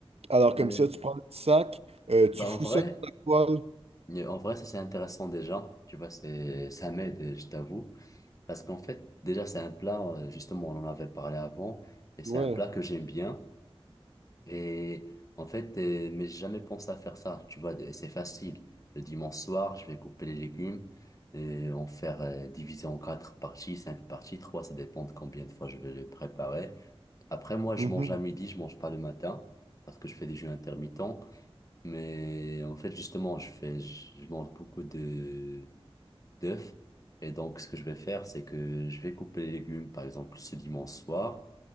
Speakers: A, on the right (about 80°); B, on the left (about 35°).
A: Alors comme
B: Et-
A: ça, tu prends le petit sac, euh, tu
B: Bah,
A: fous
B: en vrai,
A: ça dans la poêle.
B: en vrai, ça c'est intéressant déjà. Tu vois, c'est, ça m'aide, je t'avoue. Parce qu'en fait, déjà, c'est un plat, euh, justement, on en avait parlé avant, et c'est
A: Ouais.
B: un plat que j'aime bien. Et en fait, euh, mais j'ai jamais pensé à faire ça. Tu vois, de- c'est facile. Le dimanche soir, je vais couper les légumes et en faire euh, diviser en quatre parties, cinq parties, trois, ça dépend de combien de fois je vais le préparer. Après, moi,
A: Mhm.
B: je mange à midi, je mange pas le matin parce que je fais des jeûnes intermittents. Mais en fait, justement, je fais, je je mange beaucoup de, d'œufs. Et donc, ce que je vais faire, c'est que je vais couper les légumes, par exemple, ce dimanche soir,